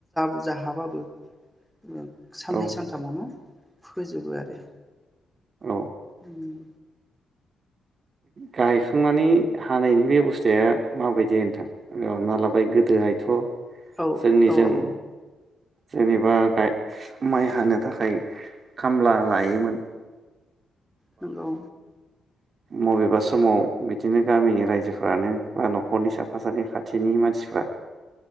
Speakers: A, in the centre; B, on the right.
A: बुजा जाहाबाबो ओ साननै
B: औ
A: सानथामावनो फोजोबो आरो।
B: औ
A: उम
B: गायखांनानै हानायनि बेब'स्थाया माबायदि नोंथां हमना लाबाय गोदोहायथ'
A: औ
B: जोंनिजों
A: औ औ
B: जेनेबा गाइ माइ हानो थाखाय खामला लायोमोन
A: नोंगौ
B: बबेबा समाव बिदिनो गामिनि रायजोफ्रानो बा न'खरनि साफा सानै खाथिनि मानसिफ्रा